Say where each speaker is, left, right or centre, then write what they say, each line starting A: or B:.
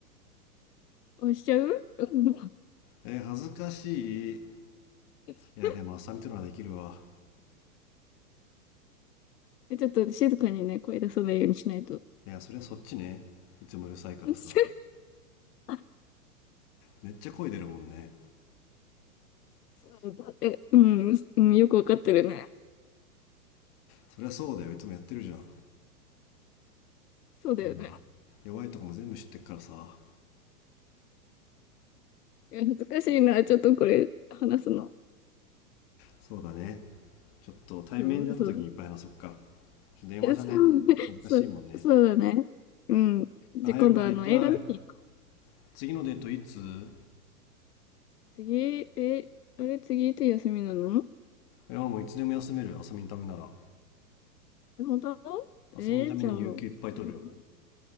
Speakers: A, on the left; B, on the left.
A: あ、しちゃううん
B: えー恥ずかしい。い
A: <laughs>
B: や、でも朝びとならできるわ。
A: え、ちょっと静かにね、声出さないようにしないと。
B: いや、それはそっちね。いつもうるさいからさ。
A: <laughs> あ、
B: めっちゃ声出るもんね。
A: そうだ。え、うん、うん、よくわかってるね。
B: そりゃそうだよ。いつもやってるじゃん。
A: そうだよね。
B: うん。弱いとこも全部知ってっからさ。
A: え、恥ずかしいな、ちょっとこれ、話すの。
B: そうだね。ちょっと対面で会った時にいっぱい話そっか。
A: そうそう。
B: ちょっと電話じゃね。
A: え、そうね、
B: 恥ずかしいもんね。
A: そう、そうだね。うん。じゃ、
B: あ早く会いたい。
A: 今度あの、映画見に行こう。
B: 次のデートいつ
A: 次、え、あれ、次いつ休みなの
B: いや、もういつでも休める。遊びのためなら。
A: え本当
B: 遊びのために有給いっぱい取る。
A: え、じゃあ、じゃあ、